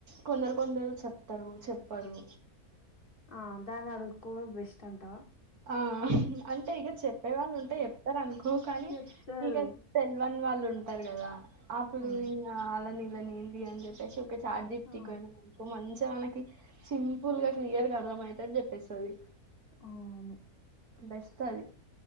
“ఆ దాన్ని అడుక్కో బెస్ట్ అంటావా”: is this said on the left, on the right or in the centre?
Left